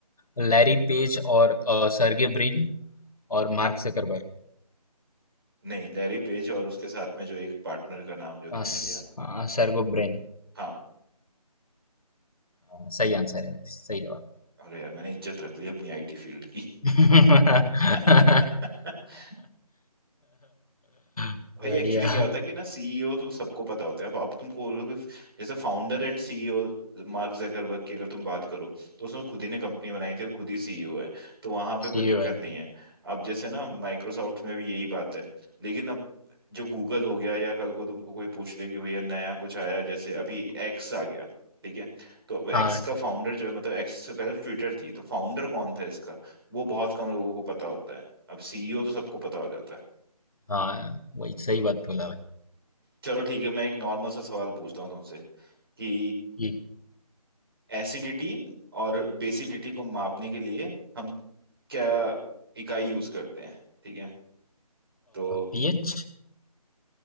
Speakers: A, on the left; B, on the right.
A: लैरी पेज और अ, सर्गे ब्रिन और मार्क जुकरबर्ग
B: नहीं लैरी पेज और उसके साथ में जो एक पार्टनर का नाम जो
A: अ,
B: तुमने
A: स-
B: लिया
A: अ, सर्गो ब्रिन
B: हाँ
A: अ, सही आंसर है सही जवाब
B: अरे यार मैंने इज्जत रख ली अपनी आईटी फील्ड की
A: <laughs>
B: <laughs>
A: बढ़िया
B: भाई एक्चुअली क्या होता है कि ना सीईओ तो सबको पता होता है अब अब तुमको बोलोगे जैसे founder and CEO Mark Zuckerberg की अगर तुम बात करो तो उसने खुद ही ने कंपनी बनाई थी और खुद ही सीईओ है तो वहां पे
A: सीओ
B: कोई दिक्कत
A: है
B: नहीं है अब जैसे ना माइक्रोसॉफ्ट में भी यही बात है लेकिन अब जो गूगल हो गया या कल को तुमको कोई पूछ ले कि भैया नया कुछ आया जैसे अभी एक्स आ गया ठीक है तो अब एक्स
A: हाँ
B: का फाउंडर जो है मतलब एक्स से पहले ट्विटर थी तो फाउंडर कौन था इसका वो बहुत कम लोगों को पता होता है अब सीईओ तो सबको पता हो जाता है
A: हाँ वही सही बात बोला भाई
B: चलो ठीक है मैं एक नॉर्मल सा सवाल पूछता हूँ तुमसे कि
A: ठीक
B: एसिडिटी और बेसिडिटी को मापने के लिए हम क्या इकाई यूज करते हैं ठीक है तो
A: पीएच ये